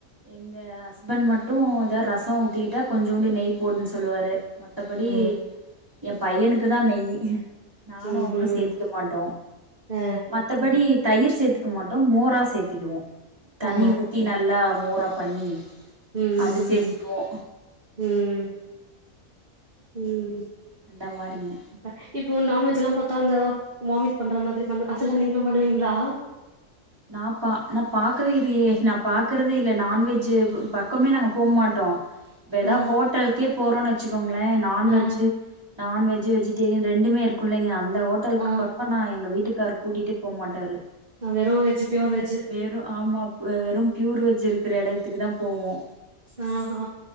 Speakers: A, on the right; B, on the right.
A: எங்க ஹஸ்பண்ட் மட்டு எதா ரசோ ஊத்திகிட்டா கொஞ்சூண்டு நெய் போடுன்னு சொல்லுவாரு மத்தபடி
B: ஆ
A: ஏ பையனுக்கு தா நெய் நானு
B: ம்ஹ்ம்.
A: அவரு சேத்திக்க மாட்டோ
B: ஆ
A: மத்தபடி தயிர் சேத்திக்க மாட்டோ மோரா சேத்திகுவோ தண்ணி
B: ஆ
A: ஊத்தி நல்லா மோரா பண்ணி
B: ம் ம்
A: அது
B: ம்
A: சேத்திக்குவோ
B: ம் ம் ம் ம்
A: அந்த மாரிங்க
B: இப்ப இப்போ நான்வெஜ் எல்லா பாத்தா அந்த வாமிட் பண்ற மாதிரி பன் அததெலா நீங்ளு பண்ணுவீங்ளா
A: நா பா நா பாக்கவே இல்லயே நா பாக்கறதே இல்ல நான்வெஜ் பக்கமே நாங்க போ மாட்டோ வேர எதா
B: ஆ
A: ஹோட்டலுக்கே போறோ வெச்சுக்கோங்களே நான்வெஜ்ஜூ
B: ஆ
A: நான்வெஜ்ஜூ வெஜிடேரியன் ரெண்டுமே இருக் குள்ளீங்க அந்த ஹோட்டலுக்கு
B: ஆ
A: பக்கோ நா எங்க வீட்டுக்காரு கூட்டிட்டே போ மாட்டாரு
B: ஆ வெறு வெஜ் பியூர் வெஜ்
A: வெறு ஆமா அது வெறு ப்பியூர் வெஜ் இருக்குற எடத்துக்குதா போவோ
B: ஆ ஹா